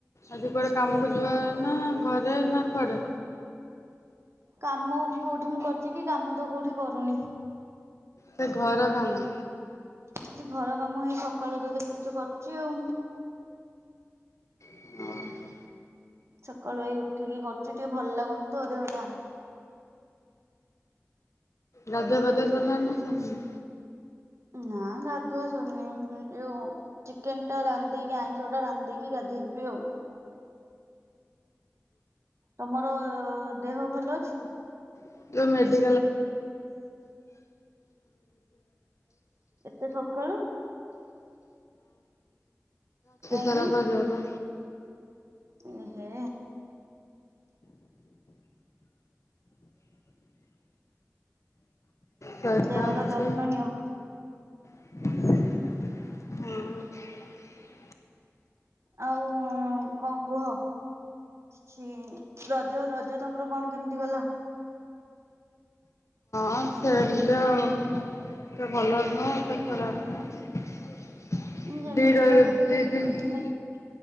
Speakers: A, on the left (about 65°); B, on the right (about 55°).
A: ଆଜି କୁଆଡେ କାମକୁ ଯିବା ନା ଘରେ ନା କୁଆଡେ?
B: କାମ କୋଉଠି ମୁଁ କରିୁଛି କି? କାମ ତ କୋଉଠି କରୁନି।
A: ସେ ଘର କାମ।
B: କି ଘର କାମ ହେଇ ସକାଳୁ ତ ଦେଖୁଛୁ କରୁଛି ଆଉ।
A: ଓହୋ।
B: ସକାଳୁ ହେଇ ଉଠିକି କରୁଛି ଟିକେ ଭଲ ଲାଗୁନି ତ ଦେହଟା।
A: ଗାଧୁଆ ପାଧୁ ଆ ସାରିଲାଣି ନାଁ ସରିନି।
B: ନାଁ ଗାଧୁଆ ସରିନି। ଚିକେନ ଟା ରାନ୍ଧିକ ଆଇଁଷ ଟା ରାନ୍ଧିିକି ଗାଧୋଇେଇିବି ଆଉ। ତମର ଦେହ ଭଲ ଅଛି।
A: <unintelligible> ହଁ। ରାତି
B: ଏତେ ସକାଳୁ କାହିଁକି?
A: ସାରା ପା ଜର
B: ଏ‌ହେ।
A: ଶୋଇବା
B: ଦେହର
A: ଅଛି।
B: ଯତ୍ନ ନିଅ।
A: ହଁ।
B: ଆଉ କଣ କୁହ? କିଛି ରଜ ରଜ ତମର କଣ କେମିତି ଗଲା?
A: ହଁ ସେମତି ଆଉ ଏତେ ଭଲ ନୁହଁ ଏତେ ଖରାପ ନୁହଁ।
B: ଯେମିତି
A: ଦିଟ
B: ଯିବା କଥା
A: ଦି
B: ସେମିତି
A: ଦିନ
B: ଯାଇଛି ନାଇଁ କି?